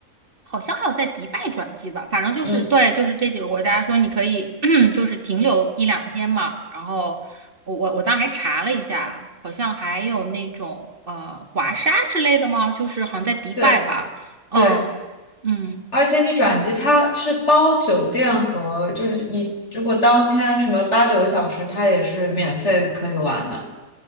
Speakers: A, on the right; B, on the left.
A: 好像还有在迪拜转机吧，反正就是对，
B: 嗯，
A: 就是这几个国家说你可以 <clears throat> 就是停留一两天嘛。然后我我我当时还查了一下，好像还有那种呃华沙之类的吗？就是好像在迪拜吧，
B: 对。
A: 嗯嗯
B: 对，而且你转机它是包酒店和，就是你如果当天什么八九个小时，它也是免费可以玩的，